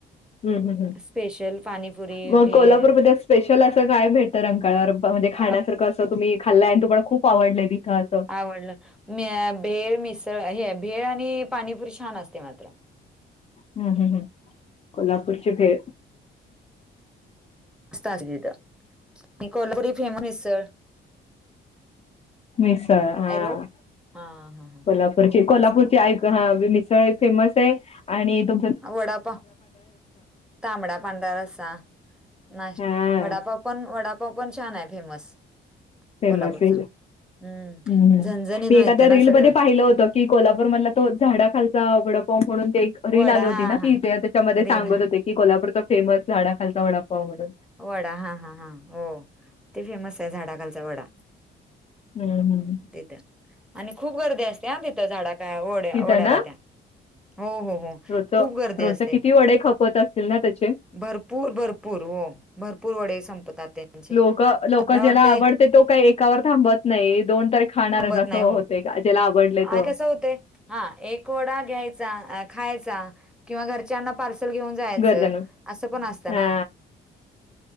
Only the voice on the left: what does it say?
हं हं हं.
मग
कोल्हापूरमध्ये स्पेशल असं काय भेटतं अ रंकाळावर म्हणजे ब
खाण्यासारखं अस त तुम्ही खाल्लाय तुम्हाला खूप आवडलंय तिथं असं
हं हं हं कोल्हापूरची भेळ.
मिसळ हा
कोल्हापूरची कोल्हापूरची
आइक क हा मिसळ एक फेमस आहे आणि तु
हा
फेमस
मी
हम हम
मी एखाद्या
रीलमध्ये
पाहिलं होत. कि कोल्हापूर मधला तो झाडाखालचा वडापाव म्हणून ते रील
आली होती
ना की
ज त्याच्यामध्ये
सांगत
होते की कोल्हापूरचा फेमस झाडा खालचा वडापाव म्हणून.
हम हम.
तिथं
ना
रोजचं
रोजचं
किती वडे खपत असतील ना त्याचे
लोक लोक
ज्याला
आवडते तो काही एकावर थांबत नाही दोन तरी खाणारच
अस
होत
ग ज्याला आवडलय
तो.
गरजण
हा